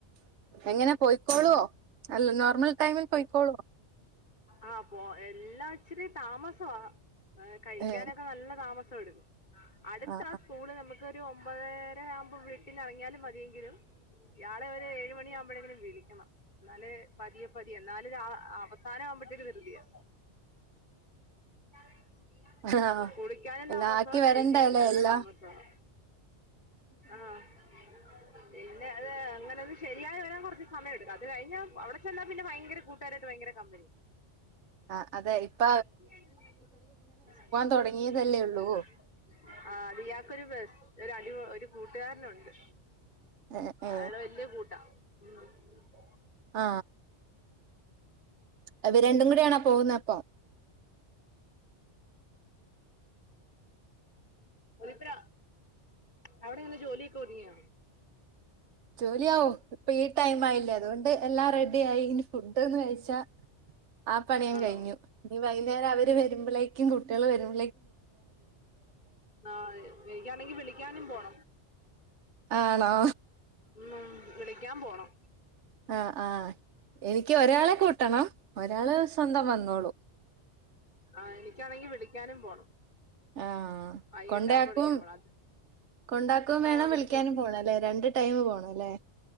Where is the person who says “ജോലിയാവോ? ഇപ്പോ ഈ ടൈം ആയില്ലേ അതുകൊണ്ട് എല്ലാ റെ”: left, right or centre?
Right